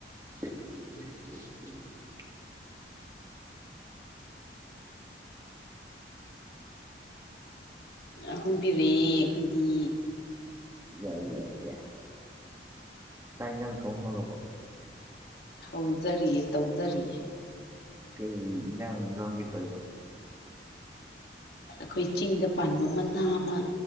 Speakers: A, on the right (about 15°); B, on the left (about 60°).
A: <inaudible>
B: ꯑꯍꯨꯝ ꯄꯤꯔꯛꯑꯦ ꯑꯩꯈꯣꯏꯗꯤ
A: ꯌꯥꯏ ꯌꯥꯏꯌꯦ ꯆꯥꯛ ꯍꯤꯟꯖꯥꯡ ꯊꯣꯡ ꯍꯧꯔꯕꯣ
B: ꯍꯧꯖꯔꯤꯌꯦ ꯇꯧꯖꯔꯤꯌꯦ
A: ꯀꯩ ꯏꯟꯖꯥꯡ ꯏꯂꯣꯟꯒꯦ ꯇꯧꯔꯤꯕ
B: ꯑꯩꯈꯣꯏ ꯆꯤꯡꯗ ꯄꯥꯟꯕ ꯃꯅꯥ ꯑꯃ